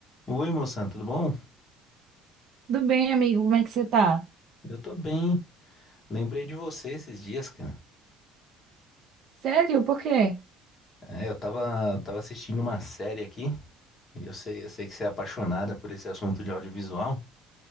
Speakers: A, on the left; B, on the right.
A: Oi, moção, tudo bom?
B: Tudo bem, amigo? Como é que você tá?
A: Eu tô bem. Lembrei de você esses dias, cara.
B: Sério? Por quê?
A: É, eu tava, tava assistindo uma série aqui, e eu sei, eu sei que você é apaixonada por esse assunto de audiovisual.